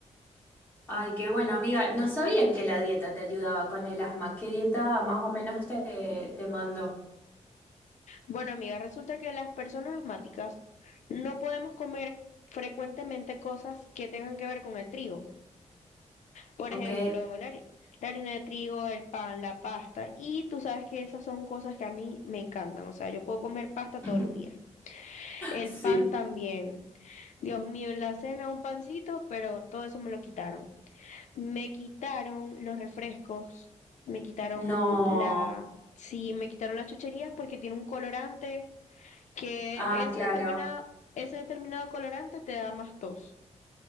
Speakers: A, on the left; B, on the left.
A: Ay, qué bueno, amiga. No sabía que la dieta te ayudaba con el asma. ¿Qué dieta más o menos te, te mandó?
B: Bueno, amiga, resulta que las personas asmáticas no podemos comer frecuentemente cosas que tengan que ver con el trigo. Por
A: Ok.
B: ejemplo, la, hari- la harina de trigo, el pan, la pasta. Y tú sabes que esas son cosas que a mí me encantan. O sea, yo puedo comer pasta todos
A: <laughs>
B: los días. El
A: Sí.
B: pan también. Dios mío, en la cena un pancito, pero todo eso me lo quitaron. Me quitaron los refrescos. Me quitaron
A: No.
B: la... Sí, me quitaron las chucherías porque tiene un colorante que
A: Ah,
B: ese
A: claro.
B: determinado, ese determinado colorante te da más tos.